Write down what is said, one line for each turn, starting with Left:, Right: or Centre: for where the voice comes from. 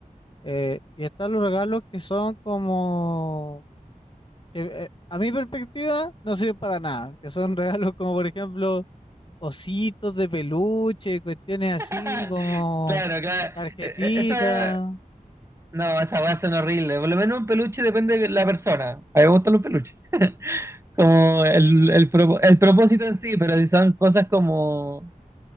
Left: Eh, y están los regalos que son como que eh, a mi perspectiva no sirven para nada, que son <laughs> regalos como por ejemplo ositos de peluche, cuestiones así
Right: <laughs>
Left: como
Right: Claro, claro.
Left: tarjetitas,
Right: Eh, eh, Esa, no, esa weas son horribles. Por lo menos un peluche depende de la persona. A mí me gustan los peluches. <laughs> Como el, el, propo- el propósito en sí, pero si son cosas como,